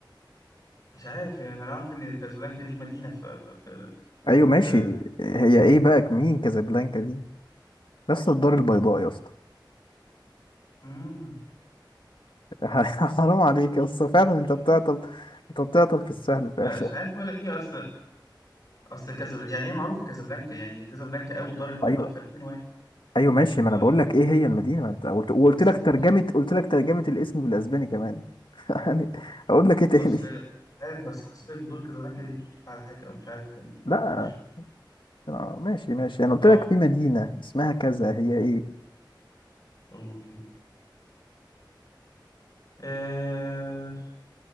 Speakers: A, on the left (about 45°); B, on the left (about 80°).
A: مش عارف يعني انا عارف ان كازابلانكا دي مدينه ف ف ف
B: ايوه ماشي
A: ف ف-
B: هي ايه بقى مين كازابلانكا دي يا اسطى الدار البيضاء يا اسطى
A: مم.
B: <laughs> حرام عليك يا اسطى فعلا انت
A: مش
B: بتعطل
A: فاكر
B: انت بتعطل في السهل فعلا
A: مش عارف اقول لك ايه اصل اصل كازابلانكا يعني هي معروفه كازابلانكا يعني هي كازابلانكا او الدار البيضاء
B: ايوه
A: فالاثنين واحد
B: ايوه ماشي ما
A: ف
B: انا بقول لك ايه هي المدينة ما انت قلت وقلت
A: اصل
B: لك
A: انت بت-
B: ترجمة قلت لك ترجمة الاسم بالاسباني كمان <laughs> يعني اقول لك ايه تاني
A: اصل
B: <laughs>
A: مش عارف اصل حسيتك بتقول كازابلانكا دي بتطلق على حاجه او مش عارف ما
B: لا
A: فهمتكش
B: آه، ماشي ماشي انا قلت
A: اه
B: لك في مدينة اسمها كذا هي ايه
A: اوكي آه...